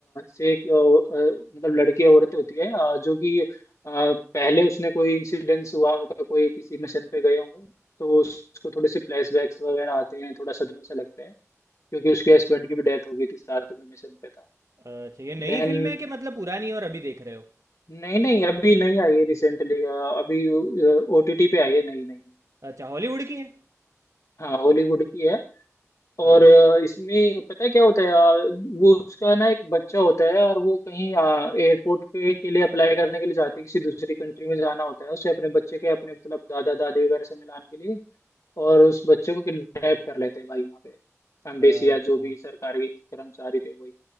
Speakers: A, on the left; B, on the right.
A: से एक अ, अ, मतलब लड़की औरत होती है अ, जो कि अ, पहले उसने कोई इंसिडेंस हुआ उनका कोई किसी मिशन पे गए होंगे तो उसको थोड़े से फ्लैशबैक्स वगैरह आते हैं थोड़ा सदमे से लगता है क्योंकि उसके हस्बैंड की भी डेथ हो गई थी साथ में मिशन पे था
B: अच्छा ये नई
A: देन
B: फिल्म है कि मतलब पुरानी और अभी देख रहे हो
A: नहीं नहीं अभी नहीं आई है रिसेंटली अभी ओटीटी पे आई है नहीं नहीं
B: अच्छा हॉलीवुड की है
A: हाँ हॉलीवुड की है और
B: अच्छा
A: अ, इसमें पता है क्या होता है अ, वो उसका ना एक बच्चा होता है और वो कहीं एयरपोर्ट पे के लिए अप्लाई करने के लिए जाती है किसी दूसरी कंट्री में जाना होता है उसे अपने बच्चे के अपने मतलब दादा दादी वगैरह से मिलाने के लिए और उस बच्चे को किडनैप कर लेते हैं भाई वहाँ पे एम्बेसी
B: अच्छा
A: या जो भी सरकारी कर्मचारी थे वही